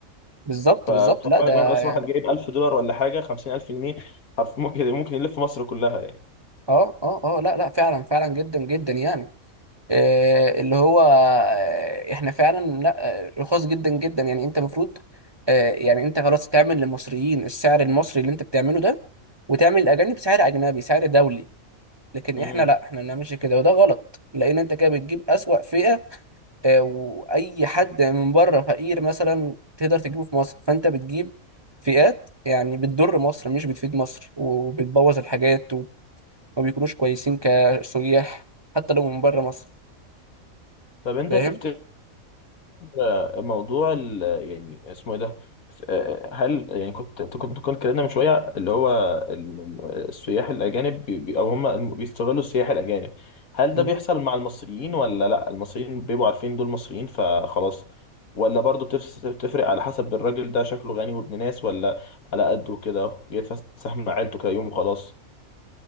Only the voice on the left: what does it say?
فخد
بالك
مثلا مثلا
واحد جايب 1000 دولار ولا حاجه 50000 جنيه حرف ممكن ممكن يلف مصر كلها يعني
امم
طب انت
تفتكر آه، موضوع ال يعني اسمه ايه ده ف- آه، هل يعني كنت كنت كنت اتكلمنا من شويه اللي هو ال- السياح الاجانب بي بي- او هم الم- بيستغلوا السياح الاجانب هل ده
بيحصل مع المصريين ولا لا المصريين بيبقوا عارفين دول مصريين فخلاص ولا برضه بتفس- بتفرق على حسب الراجل ده شكله غني وابن ناس ولا على قده كده جاي يتفسح مع عيلته كده يوم وخلاص